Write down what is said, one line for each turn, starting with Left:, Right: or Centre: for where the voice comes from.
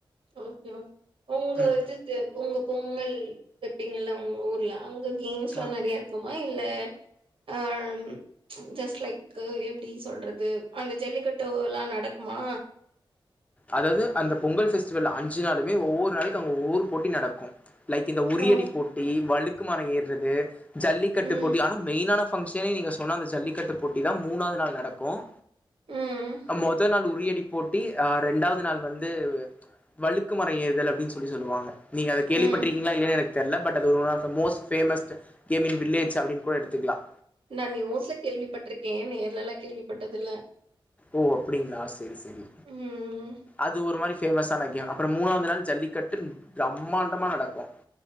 Right: ஒகே உங்க
Left: ம்
Right: <unintelligible> வைப்பீங்கல்ல உங்க ஊர்ல அங்க கேம்ஸ் லா
Left: ஆ
Right: நிறைய இருக்குமா இல்ல அஹ ம் ஜஸ்ட் லைக்கு எப்டி சொல்றது அங்க ஜல்லிக்கட்டுலாம் நடக்குமா
Left: அதாவது அந்த பொங்கல் பெஸ்டிவல் அஞ்சு நாளுமே ஒவ்வொரு நாளைக்கு அங்க ஒவ்வொரு போட்டி நடக்கும் லைக் இந்த உரியடி
Right: ஆ
Left: போட்டி வலுக் க்குமர ஏறுறது ஜல்லிக்கட்டு
Right: ம்
Left: போட்டி ஆனா மெயினான பங்கஷனே நீங்க சொன்ன அந்த ஜல்லிக்கட்டு போட்டி தான் மூணாவது நாள் நடக்கும்
Right: ம்
Left: மொதல் நாள் உறியடி போட்டி ஹா இரண்டாவது நாள் வந்து வழுக்குமரம் ஏறுதல் அப்டின்னு சொல்லி சொல்லுவாங்க நீங்க அத கேள்விப்பற்றிக்கிங்களா
Right: ம்
Left: இல்லையா எனக் தெர்ல பட் அது one of the most famous gaming village அப்டினு கூட எடுத் த்துக்கலாம்
Right: நான் நியூஸ்ல கேள்விப்பட்டிருக்கேன் நேர்ல எல்லா கேள்விப்பட்டதுல்ல
Left: ஓ அப்டிங்களா செரி செரி
Right: ம்
Left: அது ஒரு மாரி பேமஸான கேம் அப்புறம் மூணாவது நாள் ஜல்லிக்கட்டு பிரம்மாண்டமா நடக்கும்